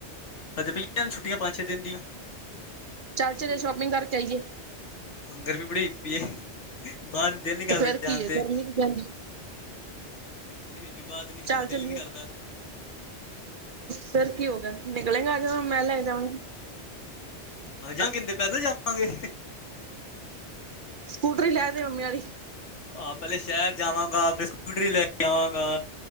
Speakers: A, on the left; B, on the right.
A: ਸਾਡੇ ਪਈ ਦੀਆ ਨ ਛੁੱਟੀਆਂ ਪੰਜ ਛੇ ਦਿਨ ਦੀਆ।
B: ਚੱਲ ਚਲੀਏ ਸ਼ੋਪਿੰਗ ਕਰਕੇ ਆਈਏ।
A: ਹੰਗਰ ਵੀ ਬੜੀ ਹੈ ਬਾਅਰ ਦਿਲ ਨੀ ਕਰਦਾ
B: ਤੇ ਫੇਰ
A: ਜਾਣ
B: ਕੀ ਹੈ
A: ਤੇ
B: ਗਰਮੀ <unintelligible>
A: ਗਰਮੀ ਬੜੀ ਹੋਈ ਪਈ ਬਾਰ ਨਿਕਲਨ
B: ਚੱਲ
A: ਦਾ ਦਿਲ
B: ਚਲੀਏ
A: ਈ ਨਈ ਕਰਦਾ।
B: ਫਿਰ ਕੀ ਹੋਗਾ ਨਿਕਲੇਗਾ ਆਜ ਮਹਿਲਾ ਆ ਜਾਵਾਂਗੇ।
A: ਹਾਂ ਜਾਂ ਕਿੰਨਦੇ ਪੈਦਲ ਜਾਵਾਂਗੇ।
B: ਸਕੂਟਰੀ ਲੈਂਦੇ ਮੰਮੀ ਵਾਲ਼ੀ।
A: ਆਹ ਪਹਿਲੇ ਸ਼ਹਿਰ ਜਾਵਾਂਗਾ ਫਿਰ ਸਕੂਟਰੀ ਲੈ ਕੇ ਆਵਾਂਗਾ।